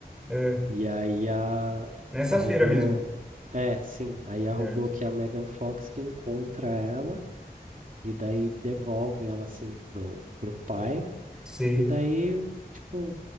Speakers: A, in the centre; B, on the right.
A: É,
B: E aí a,
A: nessa
B: a robô.
A: feira mesmo.
B: É, sim. Aí a
A: Certo.
B: robô que é a Megan Fox que encontra ela e daí devolve ela assim pro, pro pai.
A: Sei.
B: E daí, tipo,